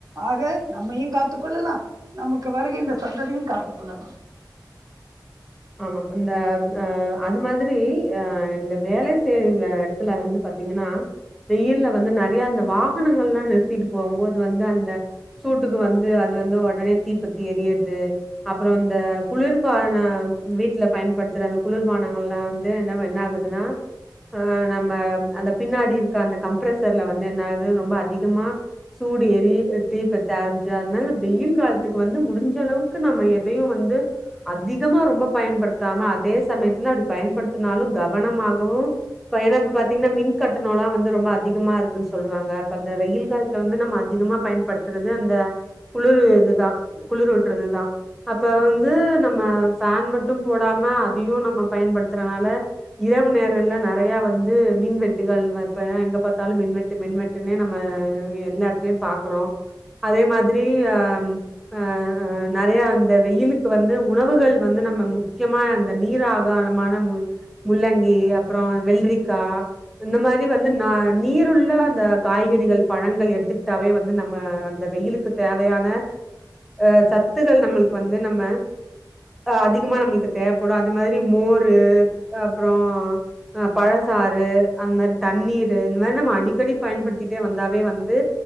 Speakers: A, on the right (about 50°); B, in the centre.
A: ஆக நம்மையு காத்துக் கொள்ளலாம் நமக்கு வருகின்ற சந்ததியையு காத்துக் கொள்ளலாம்
B: ஆமா இந்த அ அது மாதிரி அ இந்த வேலை செய்தளை எடுத்து வந்து பாத்தீங்கனா வெயில்ல வந்து நெறய அந்த வாக்கு வாகனங்கள் எல்லா நிறுத்திட்டு போகும்போது வந்து அந்த சூட்டுக்கு வந்து அது வந்து உடனே தீப்பத்தி எரிய்ரது அப்புறோ இந்த குளுர்பானம் வீட்ல பயன்படுத்துற அந்த குளுர்பானங்கள் எல்லா வந்து என்னவா என்ன ஆகுதுன்னா அ நம்ம அந்த பின்னாடி இருக்க அந்த கம்ப்ரசர்ல வந்து என் ரொம்ப அதிகமா சூழ் தெரியு எ தீப் இந்பத்த ஆரம்பிச்ச அதனால வெயில் காலத்துக்கு வந்து முடிஞ்ச அளவுக்கு நம்ம எதையு வந்து அதிகமா ரொம்ப பயன்படுத்தாம அதே சமயத்துல அப்புடி பயன்படுத்துனாலு கவனமாகவு பயண பத் தின்ன மின் கட் டு நாலா வந்து ரொம்ப அதிகமா இருக் கொஞ் சொல்றாங்க அப்ப அந்த வெயில் காலத்துல வந்து நம்ம அதிகமா பயன்படுத்துறது அந்த குளுரு இதுதா குளிரூட்டுறதுதா அப்ப வந்து நம்ம ச மட்டும் போடாம அதையு நம்ம பயன்படுத்துறனால இரவு நேரல நறைய வந்து மின்வெட்டுகள் இப்ப எங்க பாத்தாலும் மின்வெட்டு மின்வெட்டுனே நம்ம எல்லா எடத் துலயு பாக்குறோ அதே மாத் திரி அம் அ அ நறைய இந்த வெயிலுக்கு வந்து உணவுகள் வந்து நம்ம முக் கியமா அந்த நீர் ஆகாரமான மு முள்ளங்கி அப்புறோ வெள்ரிக்கா இந்த மாரி வந்து நா நீருள்ள அந்த காய்கறிகள் பழங்கள் எடுத்துக்கிட்டாவே வந்து நம்ம அந்த வெயிலுக்கு தேவையான அ சத்துக்கள் நம்மளுக்கு வந்து நம்ம அதிகமா நம்மளுக் க்கு தேவப்படு அது மாரி மோரு அப்புறோ அ பழசாறு அந்த மாரி தண்ணீரு இந்த மாரி நம்ம அடிக்கடி பயன்படுத்திட்டே வந்தாவே வந்து